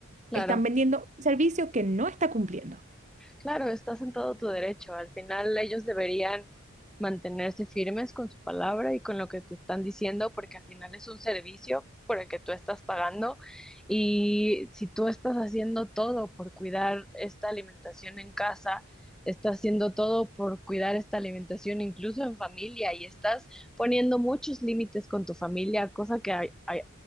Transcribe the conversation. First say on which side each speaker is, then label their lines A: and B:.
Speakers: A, in the centre; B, on the right.
A: Claro.
B: Están vendiendo un servicio que no está cumpliendo.
A: Claro, estás en todo tu derecho. Al final ellos deberían mantenerse firmes con su palabra y con lo que te están diciendo, porque al final es un servicio por el que tú estás pagando y si tú estás haciendo todo por cuidar esta alimentación en casa, estás haciendo todo por cuidar esta alimentación incluso en familia y estás poniendo muchos límites con tu familia, cosa que hay- hay-